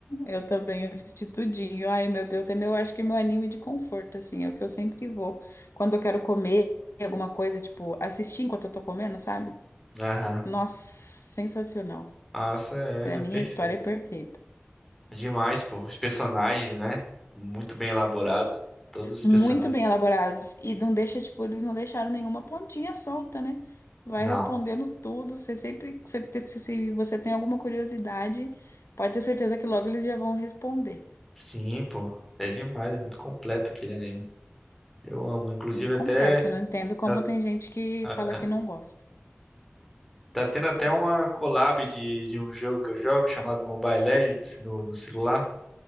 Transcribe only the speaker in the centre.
Aham.
Nossa, é
perfeito.
Demais, pô. Os personagens, né? Muito bem elaborado. Todos os personagens.
Não.
Sim, pô. É demais, é muito completo aquele anime. Eu amo. Inclusive
até
tá,
ah,
tá tendo até uma collab de, de um jogo que eu jogo chamado Mobile Legends no, no celular.